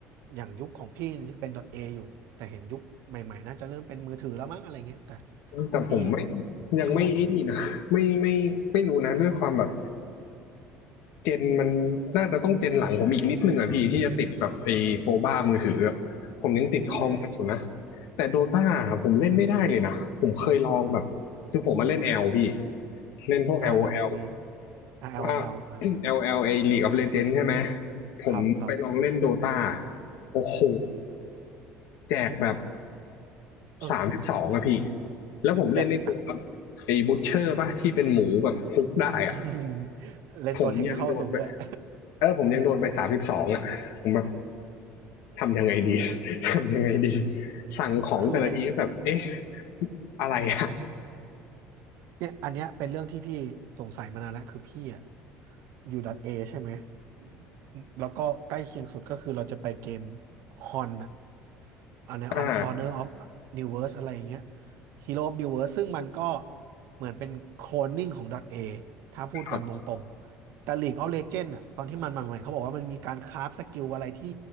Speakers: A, on the right; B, on the left.
A: อย่างยุคของพี่จะเป็น .A อยู่แต่เห็นยุคใหม่ๆน่าจะเริ่มเป็นมือถือแล้วมั้งอะไรเงี้ยแต่
B: แต่ผมไม่
A: พี่
B: ยังไม่ไอ้นี่นะไม่ไม่ไม่รู้นะด้วยความแบบ
A: คอม
B: เจนมันน่าจะต้องเจนหลังผมอีกนิดนึงอ่ะพี่ที่จะติดแบบไอ้โปรบ้ามือถืออะผมยังติดคอมมันอยู่นะ
A: ใช่ไหม
B: แต่โดตาผมเล่นไม่ได้เลยนะผมเคยลองแบบคือผมมาเล่นแอลพี่เล่นพวก
A: R
B: LOL
A: L
B: ว่า LL
A: O V
B: ไอ
A: R L
B: ลถ้า
A: O
B: <clears throat>
A: L อ่าร์แอ่าร์แอลแอลอ่า
B: แอลแอลเอ League of Legends ใช่ไหม
A: ๆครับครับ
B: ผมไปลองเล่นโดตาโอ้โหแจกแบบ
A: เออ
B: สามสิบสองอะพี่แล้วผมเล่นในตัวครับไอ้บูชเชอร์ป่ะที่เป็นหมูแบบฮุกได้อะ
A: อยากอยาก <laughs> เล่นตัวเทคนิคเข้าสูงด้วย
B: ผมยังโดนไป
A: <laughs>
B: เออผมยังโดนไปสามสิบสองอ่ะผมแบบทำยังไงดี <laughs> ทำยังไงดีสั่งของแต่ละทีก็แบบเอ๊ะ
A: คือเนี่ย
B: อะไรอ่ะ
A: เนี่ยอันเนี้ยเป็นเรื่องที่พี่สงสัยมานานแล้วคือพี่อะอยู่ดอทเอใช่ไหมอืมแล้วก็ใกล้เคียงสุดก็คือเราจะไปเกมฮอนอะอันเนี้ย
B: อ่า
A: Honor of New Verse อะไรอย่างเงี้ย Hero of New Verse ซึ่งมันก็เหมือนเป็นโคลนนิ่งของดอทเอถ้าพูดกันตรงๆแต่
B: ครับ
A: League of Legends อะตอนที่มันมาใหม่เขาบอกว่ามันมีการคราฟสกิลอะไรที่